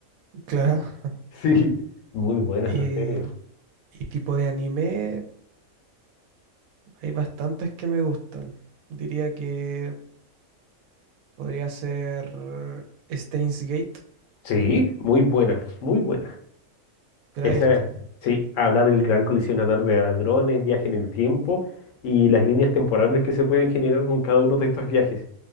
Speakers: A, on the right; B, on the left.
A: Claro.
B: Sí, muy buena
A: Y,
B: esa serie.
A: y tipo de anime, hay bastantes que me gustan. Diría que podría ser Steins Gate,
B: Sí, muy buena, muy buena.
A: ¿te
B: Esa,
A: la viste?
B: sí, habla del gran colisionador de hadrones, viaje en el tiempo y las líneas temporales que se pueden generar con cada uno de estos viajes.